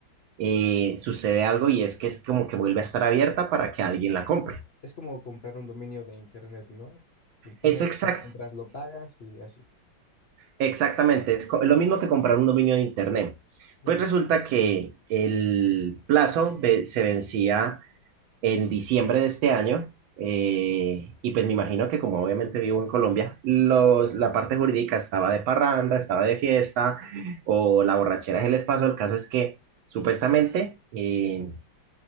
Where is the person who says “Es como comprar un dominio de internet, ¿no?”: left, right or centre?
Left